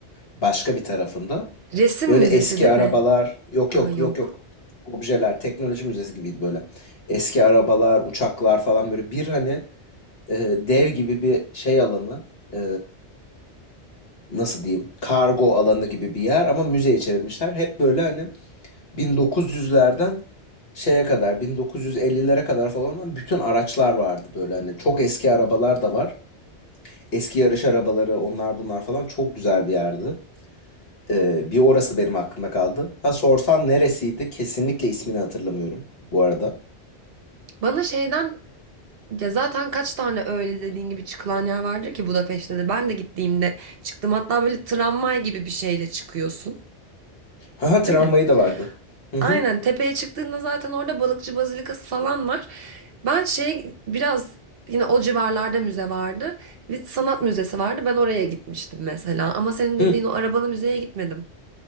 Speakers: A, on the left (about 60°); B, on the right (about 60°).
A: başka bir tarafında.
B: Resim
A: Böyle
B: müzesi
A: eski
B: değil
A: arabalar,
B: mi?
A: yok
B: Aa
A: yok
B: yok.
A: yok yok. Objeler, teknoloji müzesi gibiydi böyle. Eski arabalar, uçaklar falan böyle bir hani e, dev gibi bir şey alanı, e, nasıl diyeyim, kargo alanı gibi bir yer ama müzeye çevirmişler. Hep böyle hani 1900'lerden şeye kadar 1950'lere kadar falan olan bütün araçlar vardı böyle hani çok eski arabalar da var. Eski yarış arabaları onlar bunlar falan çok güzel bir yerdi. Ee, bir orası benim aklımda kaldı. Ha sorsam neresiydi? Kesinlikle ismini hatırlamıyorum bu arada.
B: Bana şeyden ya zaten kaç tane öyle dediğin gibi çıkılan yer vardır ki Budapeşte'de. Ben de gittiğimde çıktım. Hatta böyle tramvay gibi bir şeyle çıkıyorsun.
A: Ha ha
B: Değil
A: tramvayı
B: mi?
A: da vardı. Hı hı.
B: Aynen tepeye çıktığında zaten orada balıkçı bazilikası falan var. Ben şey biraz yine o civarlarda müze vardı. Bir sanat müzesi vardı. Ben oraya gitmiştim mesela. Ama senin
A: Hı.
B: dediğin o arabalı müzeye gitmedim.